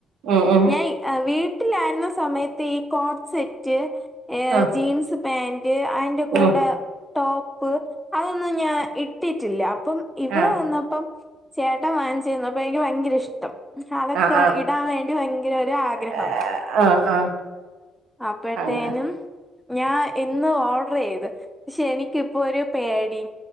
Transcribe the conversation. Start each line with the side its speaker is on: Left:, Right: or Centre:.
Right: ഉം ഉം
Centre: <unintelligible> വീട്ടിലായിര്ന്ന സമയത്ത് ഈ കോട് സെറ്റ് ഏ
Right: ആഹ്
Centre: ജീൻസ് പേന്റ് അയ്ന്റെ കൂടെ
Right: ഉം
Centre: ടോപ്പ് അതൊന്നും ഞാൻ ഇട്ടിട്ടില്ല അപ്പം ഇവിടെ
Right: ആഹ്
Centre: വന്നപ്പം ചേട്ടൻ വാങ്ങിച്ചെന്ന് അപ്പൊ എനിക്ക് ഭയങ്കര ഇഷ്ടം അതൊക്കെ
Right: ആഹ്
Centre: ഇടാൻ വേ <unintelligible> ഭയങ്കര ഒരാഗ്രഹം
Right: ആഹ് ആഹ് ആഹ്
Centre: അപ്പോഴത്തേനും
Right: അങ്ങ
Centre: ഞാൻ ഇന്ന് ഓഡ്ർ ചെയ്ത് പക്ഷെ എനിക്കിപ്പോ ഒരു പേടി